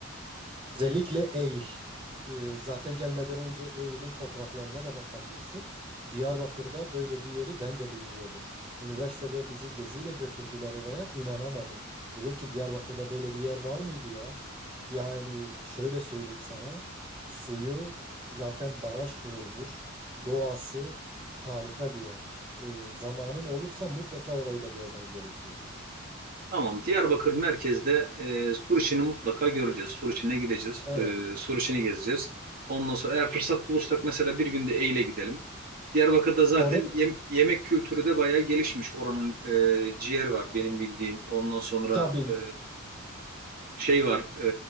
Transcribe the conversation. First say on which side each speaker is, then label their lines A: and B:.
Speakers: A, on the right (about 25°); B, on the right (about 45°).
A: Özellikle Eğil. Ee, Zaten gelmeden önce Eğil'in fotoğraflarına da bakabilirsin. Diyarbakır'da böyle bir yeri ben de bilmiyordum. Üniversitede bizi geziyle götürdüler oraya. İnanamadım. Dedim ki Diyarbakır'da böyle bir yer var mıydı ya? Yani şöyle söyleyeyim sana. Suyu zaten baraj kurulmuş. Doğası harika bir yer. Ee, zamanın olursa mutlaka orayı da görmen gerekiyor.
B: Tamam. Diyarbakır merkezde e, sur içini mutlaka göreceğiz. Sur içine gideceğiz.
A: Evet.
B: E, sur içini gezeceğiz. Ondan sonra eğer fırsat bulursak mesela bir günde Eyle gidelim. Diyarbakır'da zaten
A: Onu
B: yem- yemek kültürü de bayağı gelişmiş. Oranın e, ciğer var benim bildiğim. Ondan sonra
A: tabii
B: e, şey var. e,